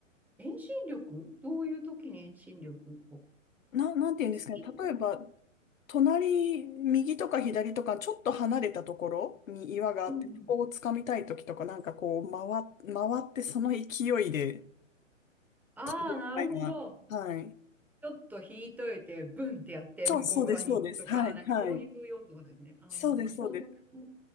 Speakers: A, in the centre; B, on the left (about 80°).
A: ん、遠心力どういう時に遠心力を
B: な、なんて言うんですかね。
A: 月
B: 例えば、隣、右とか左とか、ちょっと離れたところに岩があって、
A: うんうん。
B: ここを掴みたいときとか、なんかこう、回、回ってその勢いで、
A: ああ、
B: みたいな。
A: なるほど。
B: はい。
A: ちょっと引いといて、ブンってやって向こう側に行くとか、
B: そう、そうです、そうです。はい、
A: なんかそういうようなことですね。
B: はい。
A: あ、
B: そうです、
A: なるほどね。
B: そうです。